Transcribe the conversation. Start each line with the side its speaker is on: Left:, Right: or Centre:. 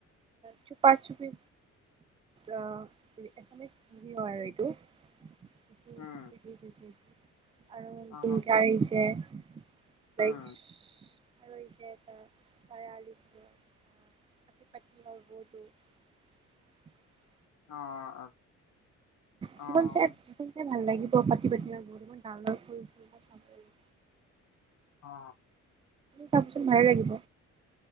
Right: চুপাচুপি অ এছামিচ মুভি আৰু এইটো উম
Left: উম
Right: ৰিলিজ হয়চে। আৰু নতুনকে
Left: অ
Right: আহিচে <unintelligible>
Left: উম
Right: আৰু আহিচে এটা চাৰাআলি খানৰ পটি পতনি অৰ ঔ
Left: অ' অ'
Right: সেইখন
Left: অ' অ'।
Right: চাই সেইখন চাই ভাল লাগিব পতি পতনি অৰ ও মান ডাৰ ফুল ফুল চাব লাগিব
Left: অ।
Right: চাওকচোন ভালে লাগিব।